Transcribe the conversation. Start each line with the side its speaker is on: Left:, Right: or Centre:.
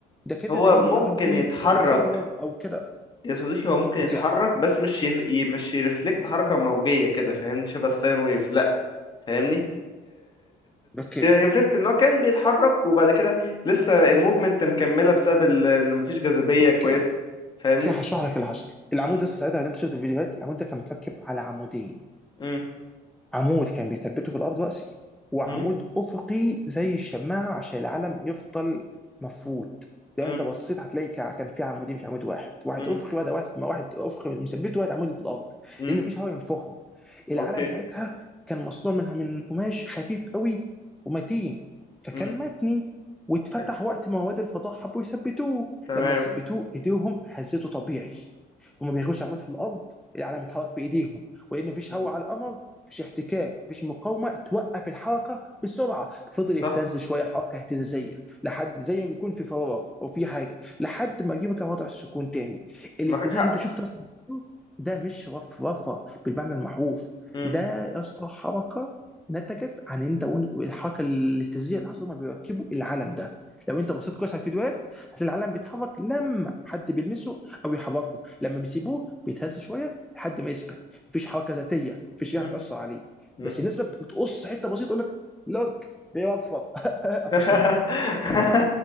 Centre: ده كده
Left: هو
Centre: دليل
Left: ممكن
Centre: ان هو كان في
Left: يتحرك
Centre: كان متصور او كده
Left: يا صديقي هو ممكن يتحرك
Centre: اوكي
Left: بس مش يف... ي- مش يرفلكت حركه موجيه كده فاهمني شبه الساين ويف لا فاهمني
Centre: اوكي
Left: ريفلكت ان هو كان بيتحرك وبعد كده لسه الموفمنت مكمله بسبب ال- ان مفيش جاذبيه
Centre: اوكي
Left: كويسه فاهمني
Centre: اوكي هشرح لك اللي حصل العمود
Left: مم.
Centre: ده ساعتها لو انت شفت الفيديوهات العمود ده كان متركب على عمودين
Left: مم.
Centre: عمود كان بيثبته في الارض راسي وعمود
Left: مم.
Centre: افقي زي الشماعه عشان العلم يفضل مفروض لو
Left: مم.
Centre: انت بصيت هتلاقي كا- كان في عمودين مش عمود واحد واحد
Left: مم.
Centre: افقي واحد واحد ما واحد افقي مثبته واحد عمودي في الارض
Left: مم.
Centre: لان مفيش هواء ينفخه العلم
Left: اوكي
Centre: ساعتها كان مصنوع منها من قماش خفيف قوي ومتين فكان
Left: مم.
Centre: متني واتفتح
Left: ت-
Centre: وقت ما رواد الفضاء حبوا يثبتوه
Left: تمام
Centre: لما ثبتوه ايديهم هزته طبيعي هما بيغوصوا عمود في الارض العلم اتحرك بايديهم ولان مفيش
Left: مم.
Centre: هواء على القمر مفيش احتكاك مفيش مقاومه توقف الحركه بسرعه فضل يهتز
Left: صح
Centre: شويه حركه اهتزازيه لحد زي ما بيكون في فراغ او في حاجه لحد ما يجيبك لوضع السكون تاني الاهتزاز
Left: معاك حق
Centre: اللي انت شفته اصلا ده مش رفرفه بالمعنى المحروف
Left: مم.
Centre: ده يا اسطى حركه نتجت عن انت والحركه الاهتزازيه اللي حصلت هما بيركبوا العلم ده لو انت بصيت كويس على الفيديوهات هتلاقي العلم بيتحرك لما حد بيلمسه او يحركه لما بيسيبوه بيتهز شويه لحد ما يثبت مفيش حركه ذاتيه مفيش
Left: مم.
Centre: ريحه بتاثر عليه بس
Left: مم.
Centre: الناس بقى بتقص حته بسيطه تقول لك لوك بيوفر <laughs> قفشناك
Left: <laughs>
Centre: نو واي